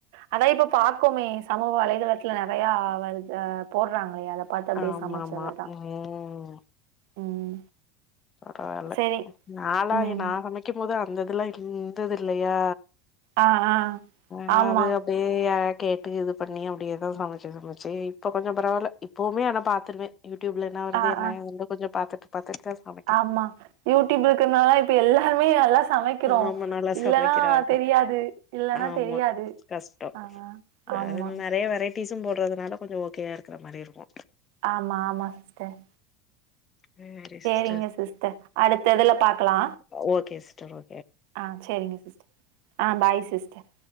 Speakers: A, on the right (about 70°); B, on the left (about 25°).
A: அதா இப்ப பாக்கோமே சமூக வலைதளத்ல நெறையா வருது அ போட்றாங்களே அத பாத்து அப்டியே
B: ஆமா
A: சமச்சதுதா
B: ஆமா ம்
A: ம்
B: பரவாயில்ல
A: செரி
B: நாளாய்
A: ம்
B: நா சமைக்கும் போது அந்த இதுல்லா இருந்ததில்லையா
A: ஆ ஆ
B: நா
A: ஆமா
B: அது அப் டியே யாரா கேட்டு இது பண்ணி அப்டியேதா சமச்சி சமச்சி இப்ப கொஞ்சோ பரவால்ல இப்பவுமே ஆனா பாத்துருவே யூடியூப்ல என்ன வருது
A: ஆ
B: என்னாய்
A: ஆ
B: வந்து கொஞ்சோ பாத்துட்டு பாத்துட்டுதா சம
A: ஆமா யூடியூப் இருக்குறனால இப்ப எல்லாருமே நல்லா சமைக்கிறோ
B: ஆமா நல்லா
A: இல்லனா
B: சமைக்கிறாங்க
A: தெரியாது இல்லனா
B: ஆமா
A: தெரியாது
B: கஷ்டோ
A: ஆ ஆமா.
B: அதில நெறைய வெரைட்டீஸும் போடுறதுனால கொஞ்சோ ஓகேயா இருக்ற மாரி இருக்கு
A: ஆமா ஆமா சிஸ்டர்
B: சேரி சிஸ்
A: ரிங்க சிஸ்டர் அடுத்த இதுல பாக்கலா
B: அ ஓகே சிஸ்டர் ஓ
A: ஆ சேரிங்க சிஸ்டர் ஆ பாய் சிஸ்டர்